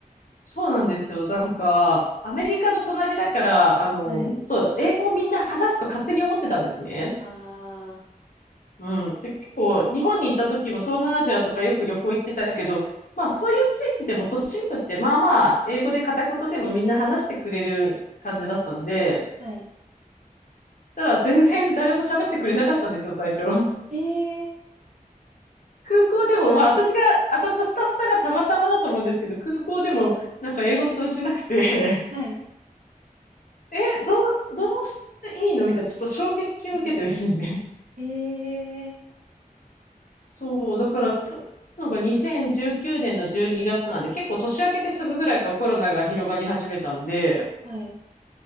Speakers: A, on the left (about 65°); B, on the right (about 60°).
A: そうなんですよ。なんか、アメリカの隣だから、あの、
B: はい。
A: もっと英語をみんな話すと勝手に思ってたんですね。
B: あ
A: うん。で、結構、日本に行った時も東南アジアとかよく旅行行ってたけど、まあ、そういう地域でも都心部ってまあまあ、英語で片言でもみんな話してくれる感じだったんで、
B: あ、はい。
A: ただ全然誰も喋ってくれなかったんですよ、最初。
B: ええ
A: 空港でも、まあ私が当たったスタッフさんがたまたまだと思うんですけど、空港でもなんか英語通じなくて、<laughs>
B: はい。
A: え、どう、どうしていいのみたいな、ちょっと衝撃を受けてですね。
B: うんうんええ
A: そう、だからつ、なんか2019年の12月なんで、結構年明けてすぐぐらいからコロナが広がり始めたんで、
B: はい。